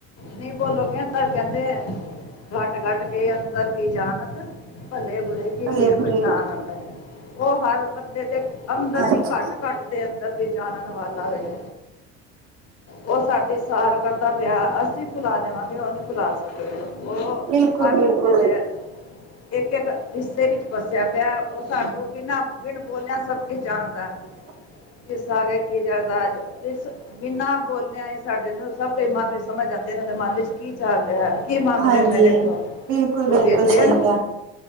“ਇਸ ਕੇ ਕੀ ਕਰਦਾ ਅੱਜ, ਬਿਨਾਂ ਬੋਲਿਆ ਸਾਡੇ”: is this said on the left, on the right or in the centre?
Left